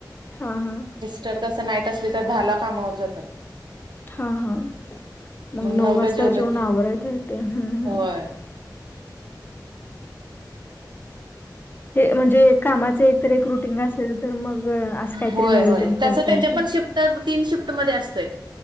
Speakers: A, on the left; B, on the right.
A: हा हा
B: जर कस नाईट असली तर दहाला कामावर जातात
A: हा हा मग नऊ
B: नऊला
A: वाजता
B: जेवलं
A: जेवन
B: की
A: आवरयता य ते हम्म हम्
B: होय
A: हे म्हणजे कामाच एकत एक रुटीन असेल तर मग असं काहीतरी
B: होय
A: नियोजन
B: होय तसं
A: करतायेत
B: त्यांच्या पण शिफ्ट तीन शिफ्ट मध्ये असतय